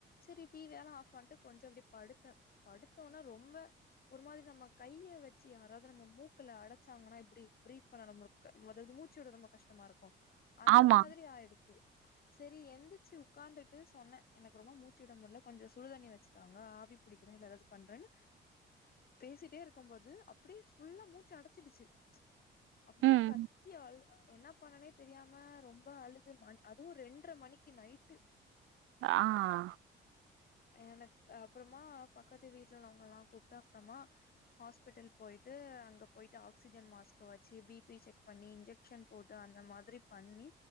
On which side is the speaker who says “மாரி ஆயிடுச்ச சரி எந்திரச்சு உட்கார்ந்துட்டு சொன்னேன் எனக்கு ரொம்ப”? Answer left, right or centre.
Left